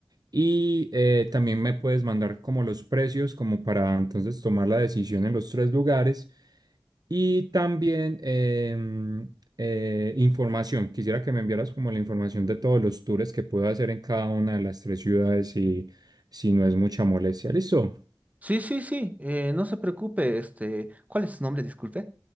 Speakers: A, on the right (about 50°); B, on the right (about 15°).
A: y eh, también me puedes mandar como los precios como para entonces tomar la decisión en los tres lugares. Y también em, eh, información. Quisiera que me enviaras como la información de todos los tours que puedo hacer en cada una de las tres ciudades y si no es mucha molestia. ¿Listo?
B: Sí, sí, sí, eh, no se preocupe, este, ¿cuál es su nombre? Disculpe.